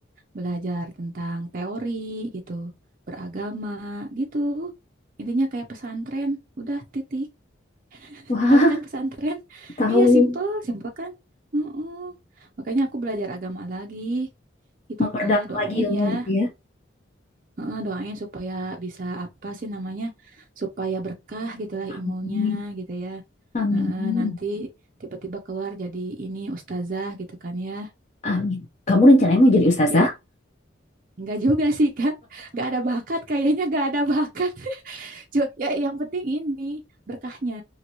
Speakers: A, on the right (about 45°); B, on the left (about 35°).
A: Belajar tentang teori gitu, beragama gitu. Intinya kayak pesantren, udah titik. <laughs>
B: Wah,
A: Tahu kan pesantren?
B: tahu.
A: <laughs> Iya, simple, simple kan? Mm-mm. Makanya aku belajar agama lagi gitu,
B: Memperdalam
A: Kak. Doain
B: lagi ilmu
A: ya.
B: gitu ya.
A: Heeh, doain supaya bisa apa sih namanya supaya berkah gitulah
B: Amin.
A: ilmunya gitu ya
B: Amin.
A: Heeh, nanti tiba-tiba keluar jadi ini ustazah gitu kan ya
B: Amin. Kamu rencananya mau jadi ustazah?
A: ya nggak juga sih kak nggak ada bakat kayaknya nggak ada bakat <laughs> Ju- ya yang penting ini berkahnya